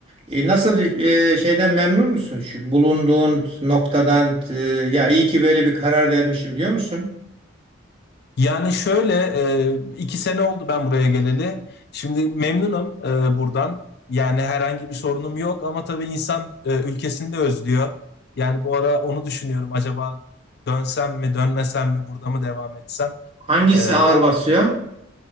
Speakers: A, on the right; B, on the left.
A: E, nasıl bir e, şeyden memnun musun? Şu bulunduğun noktadan e, ya iyi ki böyle bir karar vermişim diyor musun?
B: Yani şöyle e, iki sene oldu ben buraya geleli. Şimdi memnunum e, buradan. Yani herhangi bir sorunum yok ama tabii insan e, ülkesini de özlüyor. Yani bu ara onu düşünüyorum. Acaba dönsem mi, dönmesem mi, burada mı devam etsem?
A: Hangisi
B: E,
A: ağır
B: o
A: basıyor?